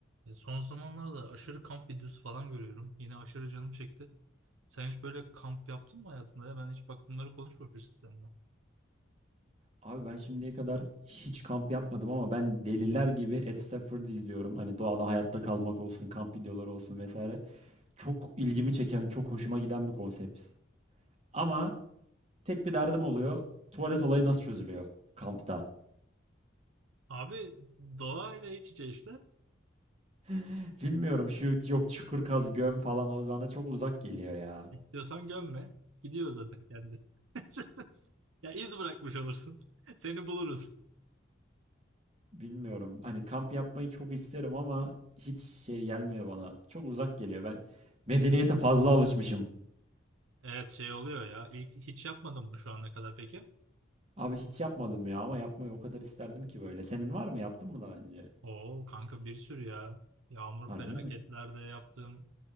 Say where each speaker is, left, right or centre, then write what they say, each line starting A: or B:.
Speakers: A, on the right (about 85°); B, on the right (about 30°).
A: E, son zamanlarda aşırı kamp videosu falan görüyorum. Yine aşırı canım çekti. Sen hiç böyle kamp yaptın mı hayatında ya? Ben hiç bak bunları konuşmamışız seninle.
B: Abi ben şimdiye kadar hiç kamp yapmadım ama ben deliler gibi Ed Stafford'ı izliyorum. Hani doğada hayatta kalmak olsun, kamp videoları olsun vesaire. Çok ilgimi çeken, çok hoşuma giden bir konsept. Ama tek bir derdim oluyor. Tuvalet olayı nasıl çözülüyor kampta?
A: Abi doğayla iç içe işte.
B: <laughs> Bilmiyorum şu yok çukur kaz göm falan o bana çok uzak geliyor ya.
A: İstiyorsan gömme. Gidiyor zaten kendi. <laughs> Ya iz bırakmış olursun. <laughs> Seni buluruz.
B: Bilmiyorum. Hani kamp yapmayı çok isterim ama hiç şey gelmiyor bana. Çok uzak geliyor. Ben medeniyete fazla alışmışım.
A: Evet şey oluyor ya. İlk hiç yapmadım mı şu ana kadar peki?
B: Abi hiç yapmadım ya ama yapmayı o kadar isterdim ki böyle. Senin var mı? Yaptın mı daha önce?
A: Oo kanka bir sürü ya. Yağmur
B: Harbi
A: felaketlerde
B: mi?
A: yaptım.